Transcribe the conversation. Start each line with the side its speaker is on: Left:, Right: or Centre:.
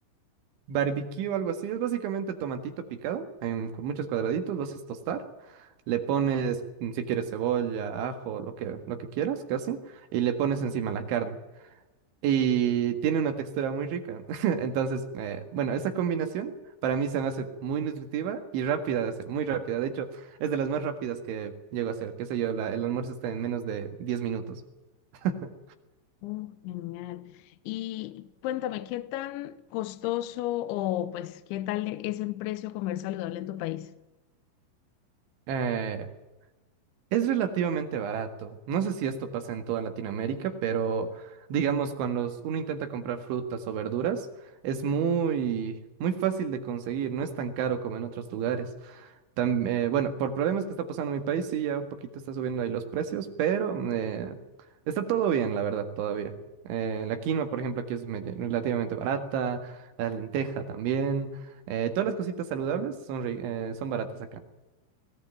Right: barbecue o algo así. Es básicamente tomatito picado en- con muchos cuadraditos. Lo haces tostar. Le pones, mm, si quieres, cebolla, ajo, lo que, lo que quieras, casi. Y le pones encima la carne. y tiene una textura muy rica. <laughs> Entonces, eh, bueno, esa combinación para mí se me hace muy nutritiva y rápida de hacer, muy rápida. De hecho, es de las más rápidas que llego a hacer. Qué sé yo, la- el almuerzo está en menos de diez minutos. <laughs>
Left: Oh, genial. Y cuéntame, ¿qué tan costoso o pues qué tal es en precio comer saludable en tu país?
Right: Eh, es relativamente barato. No sé si esto pasa en toda Latinoamérica, pero digamos, cuando s- uno intenta comprar frutas o verduras, es muy, muy fácil de conseguir, no es tan caro como en otros lugares. Tam- eh, bueno, por problemas que está pasando en mi país, sí, ya un poquito está subiendo ahí los precios, pero eh, está todo bien, la verdad, todavía. Eh, la quinoa, por ejemplo, aquí es medio- relativamente barata, la lenteja también. eh, todas las cositas saludables son, ri- eh, son baratas acá.